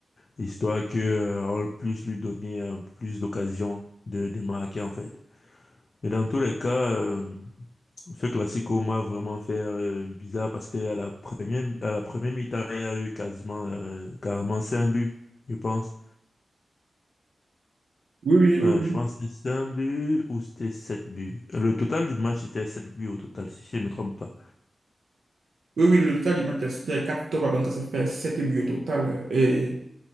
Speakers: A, on the left; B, on the right.
A: histoire que, euh, on puisse lui donner euh, plus d'occasions de, de marquer, en fait. Mais dans tous les cas, euh, ce classico m'a vraiment fait euh, bizarre parce qu'à la première, à la première mi-temps, il y a eu quasiment, euh, carrément 5 buts, je pense.
B: Oui, oui, oui,
A: Euh, je
B: oui.
A: pense que c'était 5 buts ou c'était 7 buts. Le total du match c'était 7 buts au total, si je ne me trompe pas.
B: Oui, oui, le total du match, c'était quatre 3 donc ça fait 7 buts au total. Et,